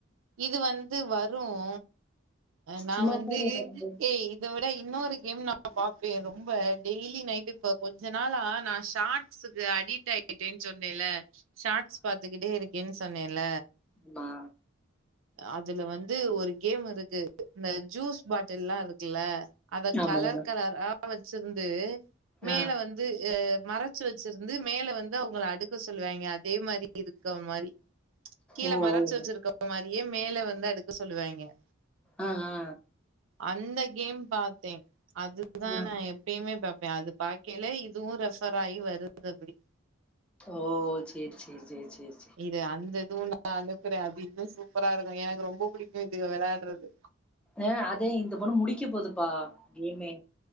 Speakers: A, on the right; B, in the centre.
A: இது வந்து வரும் நா
B: சும்மா
A: வந்து
B: ஃபோன்ல பாக்கும்போது
A: ஏ இத விட இன்னொரு கேம் நா பாப்பே ரொம்ப டெய்லி நைட் இப்ப கொஞ்ச நாளா நா ஷார்ட் ட்ஸ்க்கு அடிட் ஆயிட்டேன்னு சொன்னேல்ல ஷார்ட்ஸ் பாத்துக்கிட்டே இருக்கேன்னு சொன்னேல
B: மா
A: அதுல வந்து ஒரு கேம் இருக்கு இந்த ஜூஸ் பாட்டெல்லா இருக்குல்ல அத
B: ஆமா.
A: கலர்
B: ஆமா.
A: கலரா வச்சிருந்து மேல
B: ஆ.
A: வந் வந்து அ மறச்சு வச்சிருந்து மேல வந்து அவுங்கள அடுக்க சொல்லுவாங்க அதே மாரி இருக்க மாரி கீழ
B: ஓ! ஓ!
A: மறச்சு வச்சிருக்க மாரியே மேல வந்து அடுக்க சொல்லுவாங்க
B: ஆ ஆ
A: அந்த கேம் பாத்தே அதுக்கு தா
B: ஆ.
A: நா எப்பயுமே பாப்பே அது பாக்கைல இதுவு ரெஃபர் ஆகி வருது அப்டி
B: ஓ சேர் சேர் சேர் சேர்
A: இது அந்த இதுவு நா அனுப்புற அது இதுன்னு சூப்பரா இருக்கு எனக்கு ரொம்ப புடிக்கு இது வெளாடுறது
B: ஆ அதே இந்த பொண்ணு முடிக்க போதுப்பா கேமே